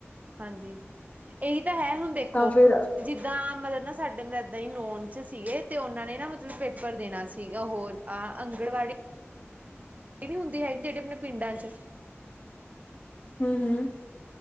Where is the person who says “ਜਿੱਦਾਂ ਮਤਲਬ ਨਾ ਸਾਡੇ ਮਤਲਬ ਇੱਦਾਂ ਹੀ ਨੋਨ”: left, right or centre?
Right